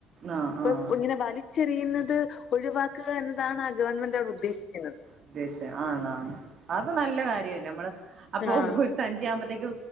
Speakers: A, on the right; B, on the left.
A: ആഹ്
B: ഇപ്പൊ
A: ആഹ്
B: കുഞ്ഞിനെ വലി ച്ചെറിയുന്നത് ഒഴിവാക്കുക എന്നതാണ് ആ ഗവൺമെന്റ് അവിടെ ഉദ്ദേശിക്കുന്നത്
A: ഉദ്ദേശം ആന്നാന്ന് ആഹ് ഒക്കെ നല്ല കാര്യല്ലേ നമ്മള് അപ്പൊ
B: ആഹ്
A: സഞ്ചി ആവ്മ്പത്തേക്ക്